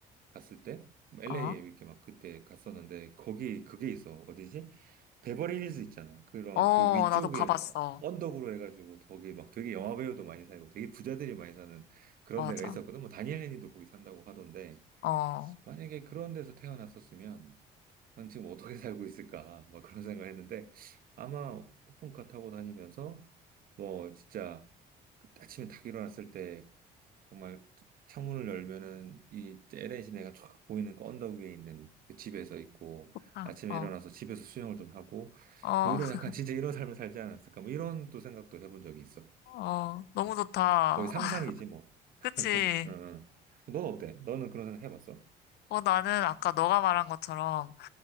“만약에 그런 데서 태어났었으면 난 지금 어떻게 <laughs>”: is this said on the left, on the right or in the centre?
Right